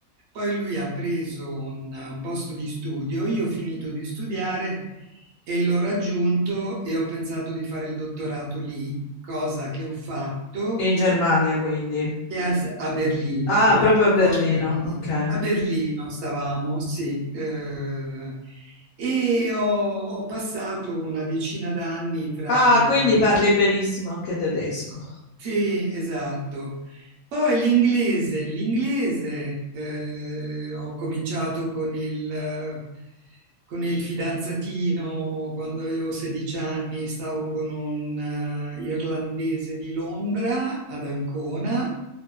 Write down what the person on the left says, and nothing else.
In Germania, quindi.
Ah, proprio a Berlino,
ok.
Ah, quindi parli benissimo anche tedesco.